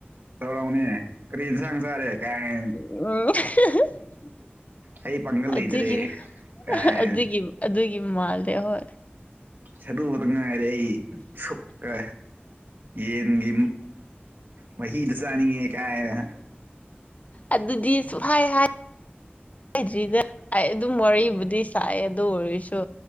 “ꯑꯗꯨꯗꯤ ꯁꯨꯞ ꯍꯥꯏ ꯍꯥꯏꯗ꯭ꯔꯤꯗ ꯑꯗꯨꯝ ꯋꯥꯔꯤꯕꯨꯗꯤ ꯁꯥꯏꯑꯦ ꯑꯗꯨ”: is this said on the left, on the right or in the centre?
Left